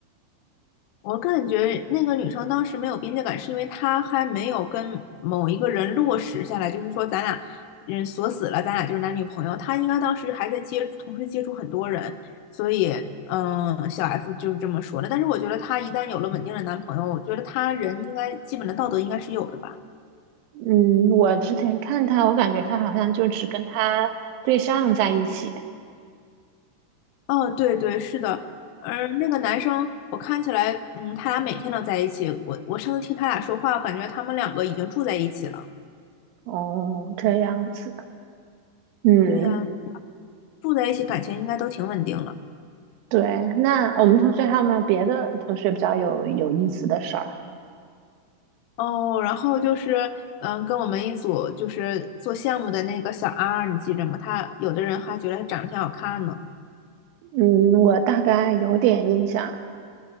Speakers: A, on the left; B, on the right.
A: 我感觉那个女生当时没有边界感，是因为她还没有跟某一个人落实下来，就是说咱俩嗯锁死了，咱俩就是男女朋友。她应该当时还在接同时接触很多人，所以嗯小 F 就是这么说的。但是我觉得她一旦有了稳定的男朋友，我觉得她人应该基本的道德应该是有的吧。
B: 嗯，我之前看他，我感觉他好像就只跟他对象在一起。
A: 哦，对对，是的，而那个男生，我看起来，嗯，他俩每天都在一起。我我上次听他俩说话，我感觉他们两个已经住在一起了。
B: 哦，这样子。嗯，
A: 对呀，住在一起，感情应该都挺稳定了。
B: 对。那我们同学还有没有别的同学比较有有意思的事儿？
A: 哦，然后就是，嗯，跟我们一组就是做项目的那个小 R，你记着吗？他有的人还觉得他长得挺好看呢。
B: 嗯，我大概有点印象。